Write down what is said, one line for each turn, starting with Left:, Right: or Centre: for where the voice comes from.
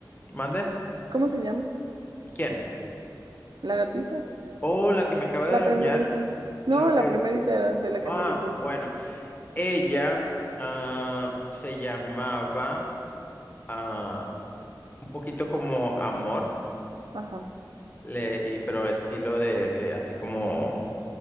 Left: ¿Mande?
Right: ¿Cómo se llama?
Left: ¿Quién?
Right: ¿La gatita?
Left: Oh, la que me acaba
Right: La
Left: de arañar.
Right: primerita. No,
Left: la- eh,
Right: la primerita de la que
Left: ah,
Right: me dices.
Left: bueno, ella ah, se llamaba ah, un poquito como Amor.
Right: Ajá.
Left: Le, y, pero estilo de, de así como,